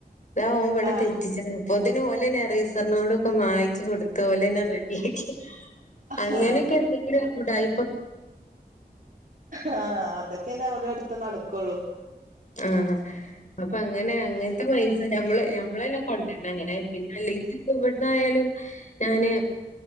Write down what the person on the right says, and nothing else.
ആഹ്
ആഹ്
ആ അതൊക്കന്നെ അവര്ടെടുത്ത് നടക്കുള്ളൂ.